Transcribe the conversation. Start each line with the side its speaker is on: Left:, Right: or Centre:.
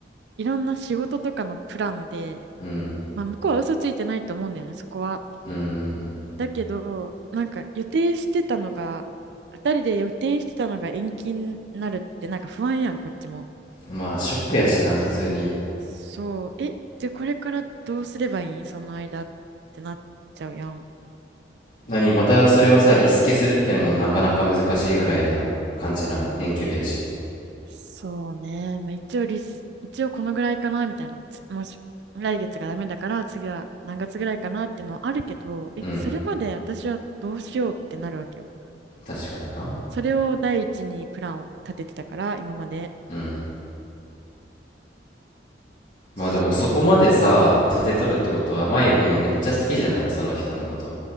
Right: いろんな仕事とかのプランで、
Left: うん、
Right: まあ向こうは嘘ついてないと思うんだよね、そこは。
Left: うん、うん。
Right: だけど、なんか予定してたのが、二人で予定してたのが延期になるってなんか不安やん、こっちも。
Left: うんまあ、ショックやしな、普通に。
Right: そう、え、じゃあこれからどうすればいいその間ってなっちゃうやん。
Left: 何またそれはさ、リスケするってのもなかなか難しいぐらいな感じなん。遠距離やし。
Right: そうね。まあ、一応リス、一応このぐらいかな、みたいな。つもし、来月がダメだから、次は何月ぐらいかなっていうのはあるけど、え、
Left: うん。
Right: それまで私はどうしようってなるわけよ。
Left: 確かにな。
Right: それを第一にプランを立ててたから、今まで。
Left: うん。まあでもそこまでさ、
Right: そ
Left: 立てとるってことは、舞もうめっちゃ好きじゃないその人のこと。